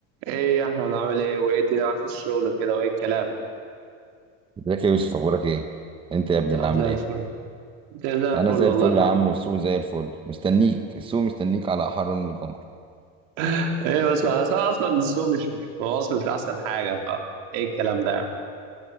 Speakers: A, on the right; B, on the right.
A: ايه يا احمد عامل ايه وايه الدنيا معاك في الشغل كده وايه الكلام
B: ازيك يا يوسف اخبارك ايه انت يا ابني
A: اه
B: اللي عامل
A: زي
B: ايه
A: الفل الدنيا زي الفل
B: انا زي
A: والله
B: الفل
A: الحمد
B: يا عم
A: لله
B: والسوق زي الفل مستنيك السوق مستنيك على احر من الجمر
A: <laughs> ايه بس انا أصلاً اصلا السوق مش مش في مصر مش احسن حاجه فا ايه الكلام ده يعني